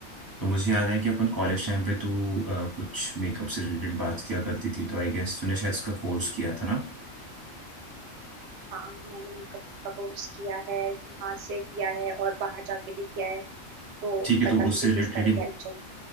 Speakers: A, on the right (about 20°); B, on the right (about 60°).
A: तो मुझे याद है कि अपन कॉलेज टाइम पे तू अ, कुछ मेकअप से रिलेटेड बात किया करती थी तो आई गेस तूने शायद इसका कोर्स किया था ना
B: हाँ मैंने मेकअप का कोर्स किया है यहाँ से किया है और बाहर जाके भी किया है तो
A: ठीक है
B: पता
A: तो उससे
B: तुझे किस
A: रिलेटेड
B: तरह की हेल्प चाहिए